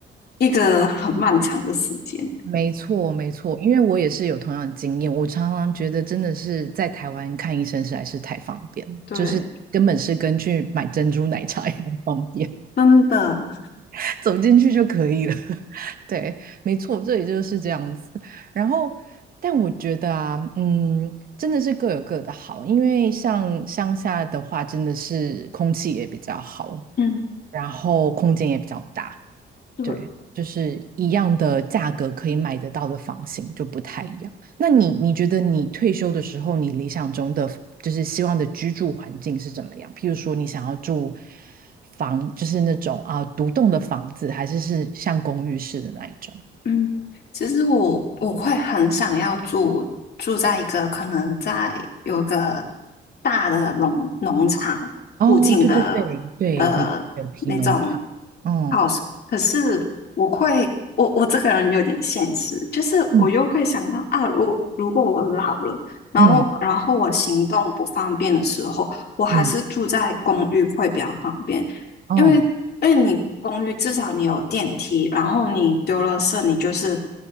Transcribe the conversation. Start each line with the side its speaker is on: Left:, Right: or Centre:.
Left: 一个很漫长的时间，
Right: 没错，没错，因为我也是有同样的经验，我常常觉得真的是在台湾看医生实在是太方便，
Left: 对，
Right: 就是根本是跟去买珍珠奶茶一样方便。
Left: 真的，
Right: <laughs> 走进去就可以了。<laughs> 对，没错，这里就是这样子。然后，但我觉得啊，嗯，真的是各有各的好，因为像乡下的话，真的是空气也比较好，
Left: 嗯。
Right: 然后空间也比较大。
Left: 对。
Right: 对，就是一样的价格可以买得到的房型就不太一样。那你你觉得你退休的时候，你理想中的就是希望的居住环境是怎么样？譬如说，你想要住房，就是那种啊、独栋的房子，还是是像公寓式的那一种？
Left: 嗯，其实我我会很想要住住在一个可能在有个大的农农场附近的的那种
Right: 哦，对对对对，你有提农场，哦，
Left: house，可是我会我我这个人有点现实，就是我又会想到啊，
Right: 嗯
Left: 如如果我老了，然后然后我行动不方便的时候，
Right: 嗯
Left: 我还是住在公寓会比较方便，
Right: 嗯，哦，
Left: 因为因为你公寓至少你有电梯，然后你丢了色，你就是